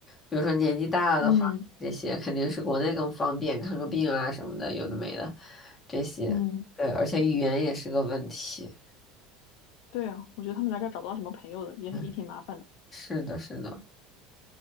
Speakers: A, on the left (about 15°); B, on the left (about 65°).
A: 比如说年纪大了的话，
B: 嗯。
A: 这些肯定是国内更方便，看个病啊什么的，有的没的，这些，
B: 嗯，
A: 对，而且语言也是个问题。
B: 对啊，我觉得他们来这儿找不到什么朋友的，也也挺麻烦的，
A: 嗯，是的，是的。